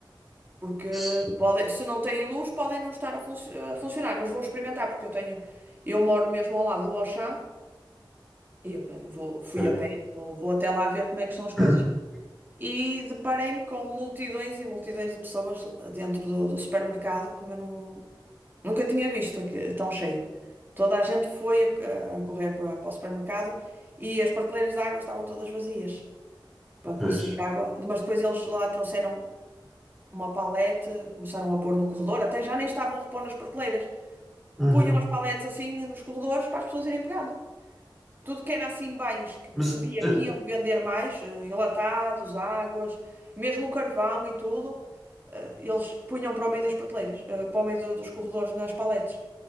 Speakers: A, on the right; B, in the centre.
A: Porque
B: Sim,
A: podem, se não têm luz, podem não estar a, funci- a funcionar, mas vou experimentar, porque eu tenho, eu moro mesmo ao lado do Auchan e eu pe- vou, fui
B: ok.
A: a pé, vou, vou até lá ver como é que são as coisas.
B: <coughs>
A: E deparei-me com multidões e multidões de pessoas dentro do, do supermercado que eu não, nunca tinha visto aqui, tão cheio. Toda a gente foi a, a correr para, para o supermercado e as prateleiras de água estavam todas vazias
B: <clears throat>
A: para
B: Pois.
A: conseguir água, mas depois eles lá trouxeram uma palete, começaram a pôr no corredor, até já nem estavam a repor nas prateleiras.
B: Uhum.
A: Punham as paletes assim nos corredores para as pessoas irem pegando. Tudo que era assim bens que, que
B: Mas.
A: se via aqui
B: é-
A: iam vender mais, eh, enlatados, águas, mesmo o carvão e tudo, eh, eles punham para o meio das prateleiras, eh, para o meio do- dos corredores nas paletes.